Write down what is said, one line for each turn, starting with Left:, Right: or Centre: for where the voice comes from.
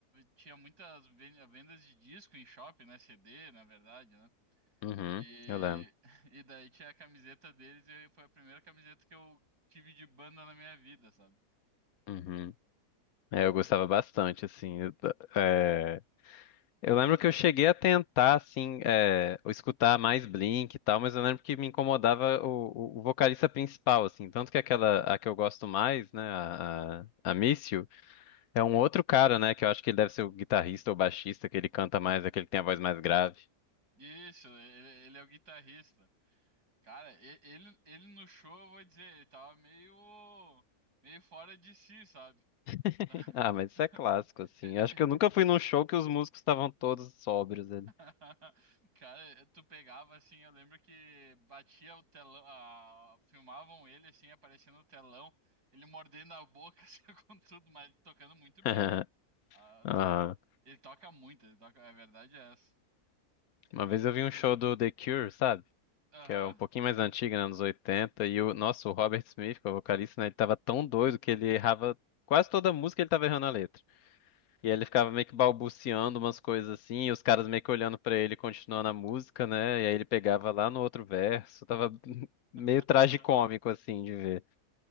Right: tinha muitas ven- vendas de disco em shopping, né, CD, na verdade, né?
Left: Uhum.
Right: E,
Left: Eu lembro.
Right: e <laughs> daí tinha a camiseta deles e foi a primeira camiseta que eu tive de banda na minha vida, sabe?
Left: Uhum. É, eu gostava bastante, assim. Eu, é, eu lembro que eu cheguei a tentar, assim, é, escutar mais Blink e tal, mas eu lembro que me incomodava o, o, o vocalista principal, assim. Tanto que aquela, a que eu gosto mais, né, a, a, a Miss You, é um outro cara, né, que eu acho que ele deve ser o guitarrista ou baixista, que ele canta mais, é que ele tem a voz mais grave.
Right: Isso, ele, ele é o guitarrista. Cara, e- ele, ele no show, eu vou dizer, ele tava meio, meio fora de si, sabe?
Left: <laughs>
Right: <laughs> Tá-
Left: Ah, mas isso é clássico,
Right: tá-
Left: assim.
Right: pe- pe-
Left: Acho que eu nunca fui num show que os músicos estavam todos sóbrios ali.
Right: <laughs> Cara, tu pegava assim, eu lembro que batia o telão, a- filmavam ele assim, aparecendo no telão, ele mordendo a boca, <laughs> assim, com tudo, mas tocando muito bem,
Left: <laughs>
Right: né? Ah,
Left: Ah,
Right: to- Ele toca muito, ele toca, a verdade é essa.
Left: uma
Right: E...
Left: vez eu vi um show do The Cure, sabe?
Right: Aham.
Left: Que é um pouquinho mais antigo, né? Anos 80. E o nosso o Robert Smith, que é o vocalista, né? Ele tava tão doido que ele errava quase toda a música, ele tava errando a letra. E aí ele ficava meio que balbuciando umas coisas assim, e os caras meio que olhando pra ele, e continuando a música, né? E aí ele pegava lá no outro verso. Tava <laughs> meio
Right: <laughs>
Left: tragicômico, assim, de ver.